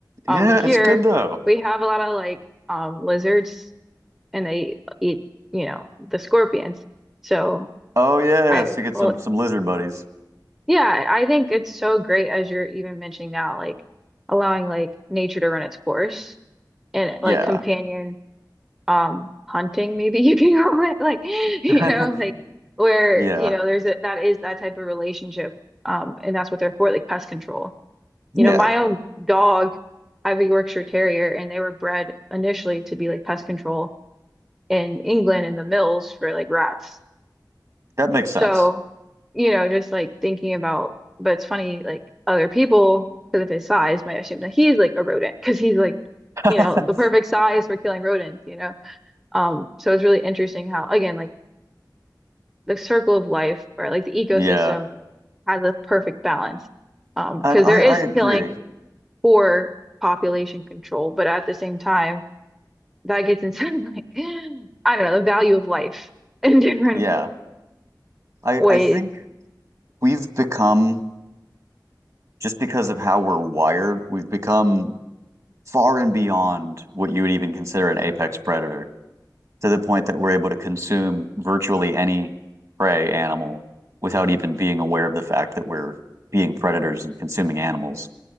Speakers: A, on the right (about 45°); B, in the centre.
A: Yeah,
B: Um, here
A: it's good though.
B: we have a lot of like um lizards, and they eat, you know, the scorpions. So
A: Oh yes,
B: I,
A: you get
B: well,
A: some some lizard buddies.
B: yeah, I think it's so great as you're even mentioning now, like allowing like nature to run its course and
A: Yeah,
B: like companion um hunting maybe <laughs> you can call it like you
A: <laughs>
B: know like where
A: yeah,
B: you know there's a that is that type of relationship um and that's what they're for like pest control
A: yeah.
B: you know my own dog I have a Yorkshire Terrier and they were bred initially to be like pest control in England in the mills for like rats
A: That makes sense.
B: so you know just like thinking about but it's funny like other people because of his size might assume that he's like a rodent because he's like
A: <laughs>
B: you know the perfect size for killing rodents you know um, so it's really interesting how, again, like the circle of life or like the ecosystem
A: Yeah,
B: has a perfect balance. Um,
A: and
B: because
A: I
B: there is
A: I agree.
B: killing for population control, but at the same time, that gets inside <laughs> like I don't know, the value of life <laughs> in different
A: Yeah, I
B: ways.
A: I think we've become just because of how we're wired, we've become far and beyond what you would even consider an apex predator, to the point that we're able to consume virtually any prey animal without even being aware of the fact that we're being predators and consuming animals.